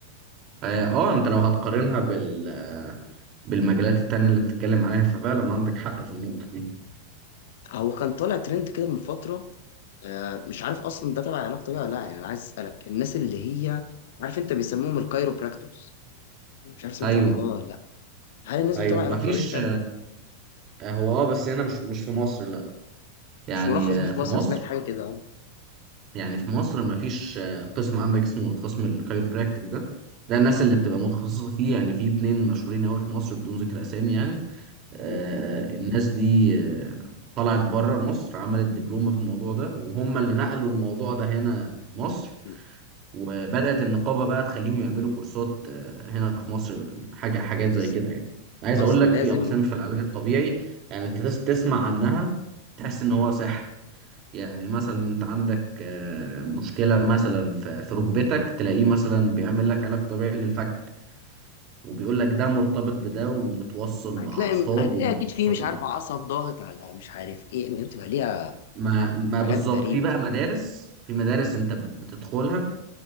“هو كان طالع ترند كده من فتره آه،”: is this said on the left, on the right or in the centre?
Left